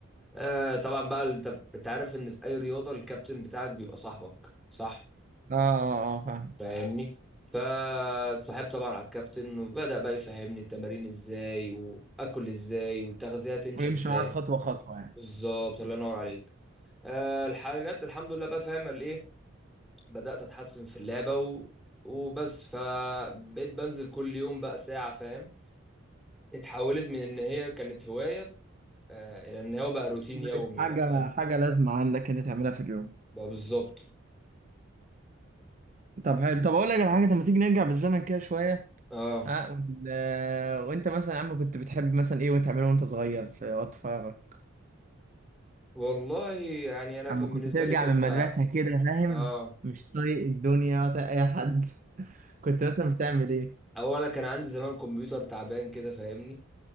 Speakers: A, in the centre; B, on the right.
A: آه طبعا بقى ال- طب انت عارف ان في اي رياضه الكابتن بتاعك بيبقى صاحبك صح
B: اه اه فاهم
A: فاهمني فاتصاحبت طبعا على الكابتن وبدأ بقى يفهمني التمارين ازاي واكل ازاي والتغذيه تمشي
B: ويمشي
A: ازاي
B: معاك خطوه خطوه يعني
A: بالظبط الله ينور عليك آه الحلقات الحمد لله بقى فاهم الايه بدأت اتحسن في اللعبه و... وبس فبقيت بنزل كل يوم بقى ساعه فاهم اتحولت من ان هي كانت هوايه آه الى ان هو بقى روتين
B: بقت
A: يومي
B: حاجه
A: بقى فاهم
B: حاجه لازمه عندك انت تعملها في اليوم
A: بقى بالظبط
B: طب حلو طب اقول لك على حاجه طب ما تيجي نرجع بالزمن كده شويه
A: اه
B: ها وال- آه، وانت مثلا يا عم كنت بتحب مثلا ايه وانت تعمله وانت صغير في وقت فراغك
A: والله يعني انا كان
B: عم كنت
A: بالنسبه
B: ترجع
A: لي كنت
B: من المدرسة كده فاهم
A: اه
B: مش طايق الدنيا ولا طايق اي حد كنت مثلا بتعمل ايه
A: اولا كان عندي زمان كمبيوتر تعبان كده فاهمني